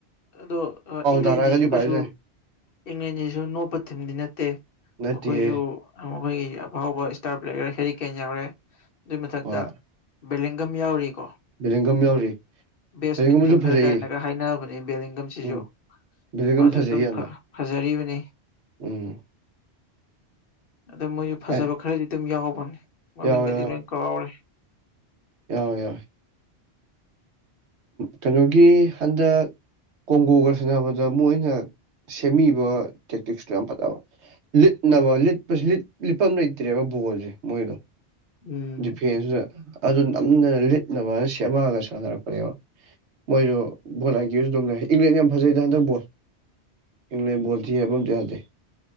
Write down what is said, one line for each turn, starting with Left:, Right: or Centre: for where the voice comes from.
Left: ꯑꯗꯣ ꯏꯪꯂꯦꯟꯖꯤꯁꯨ
Right: ꯇꯥꯔꯛꯑꯒꯗꯤ ꯎꯄꯥꯏ
Left: ꯀꯩꯁꯨ
Right: ꯂꯩꯇꯦ
Left: ꯏꯪꯂꯦꯟꯁꯤꯁꯨ ꯅꯣꯞꯄ ꯊꯝꯗꯤ ꯅꯠꯇꯦ
Right: ꯅꯠꯇꯦꯍꯦ
Left: ꯑꯩꯈꯣꯏꯖꯨ ꯃꯈꯣꯏꯒꯤ ꯑꯐꯥꯎꯕ ꯏꯁꯇꯥꯔ ꯄ꯭ꯂꯦꯌꯔ ꯍꯦꯔꯤꯀꯦꯟ ꯌꯥꯎꯔꯦ ꯑꯗꯨꯏ ꯃꯊꯛꯇꯥ
Right: ꯍꯣꯏ
Left: ꯕꯦꯂꯤꯡꯒꯝ ꯌꯥꯎꯔꯤꯀꯣ
Right: ꯕꯦꯂꯦꯡꯒꯝ ꯌꯥꯎꯔꯤ
Left: ꯕꯦꯁ
Right: ꯕꯦꯂꯦꯡꯒꯝꯁꯨ
Left: ꯃꯤꯠ ꯐꯤꯜꯗꯔ
Right: ꯐꯖꯩꯌꯦ
Left: ꯀꯥꯏꯅꯒꯥ ꯍꯥꯏꯅꯕꯅꯤ ꯕꯦꯂꯤꯡꯒꯝꯁꯤꯁꯨ
Right: ꯎꯝ ꯕꯦꯂꯦꯡꯒꯝ
Left: ꯃꯥꯁꯨ
Right: ꯐꯖꯩ
Left: ꯑꯗꯨꯝ
Right: ꯌꯥꯝꯅ
Left: ꯐꯥ ꯐꯖꯔꯤꯕꯅꯤ
Right: ꯎꯝ
Left: ꯑꯗꯣ ꯃꯣꯏꯖꯨ ꯐꯖꯕ
Right: ꯑꯦ
Left: ꯈꯔꯗꯤ ꯑꯗꯨꯝ ꯌꯥꯎꯕꯅꯦ ꯃꯃꯤꯡꯒꯗꯤ
Right: ꯌꯥꯎꯋꯦ
Left: ꯂꯣꯏ ꯀꯥꯎꯔꯦ
Right: ꯌꯥꯎꯏ ꯌꯥꯎꯏ ꯀꯩꯅꯣꯒꯤ ꯍꯟꯗꯛ ꯀꯣꯡꯒꯣꯒꯥ ꯁꯥꯟꯅꯕꯗꯥ ꯃꯣꯏꯅ ꯁꯦꯝꯃꯤꯕ ꯇꯦꯛꯇꯤꯛꯁꯇꯣ ꯌꯥꯝ ꯐꯥꯠ ꯂꯤꯠꯅꯕ ꯂꯤꯠꯄꯁꯤ ꯂꯤꯠ ꯂꯤꯠꯐꯝ ꯂꯩꯇ꯭ꯔꯦꯕ ꯕꯣꯜꯖꯦ ꯃꯣꯏꯗꯣ
Left: ꯎꯝ
Right: ꯗꯤꯐꯦꯟꯁꯅ ꯑꯗꯨ ꯅꯝꯗꯥꯅ ꯂꯤꯠꯅꯕꯅ ꯁꯦꯝꯃꯛꯑꯒꯥ ꯁꯥꯟꯅꯔꯛ <unintelligible> ꯃꯣꯏꯖꯨ ꯕꯣꯜ ꯍꯥꯏꯈꯤꯕꯁꯨ ꯑꯗꯨꯝ ꯂꯩ ꯏꯪꯂꯦꯟ ꯌꯥꯝ ꯐꯖꯩꯗꯥ ꯍꯟꯗꯛ ꯕꯣꯜ ꯏꯪꯂꯦꯟ ꯕꯣꯜ ꯊꯤ ꯍꯥꯏꯕ ꯑꯝꯇꯥ ꯌꯥꯗꯦ